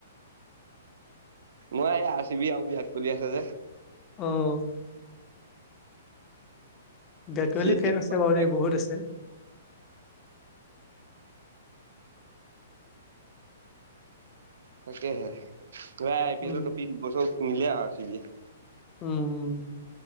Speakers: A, on the right; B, on the left.
A: মই, আৰ চিবি আৰু বিৰাট কোহলি আছে যে।
B: অ', বেটলী
A: চি এছ
B: ফেন
A: কে
B: আছে বাৰু দেই বহুত আছে।
A: তাকেহে <unintelligible> আই পি
B: উম,
A: এলৰ ট্ৰফী দু বছৰ নিলে আৰু আৰ চি বিয়ে।
B: উম, উম,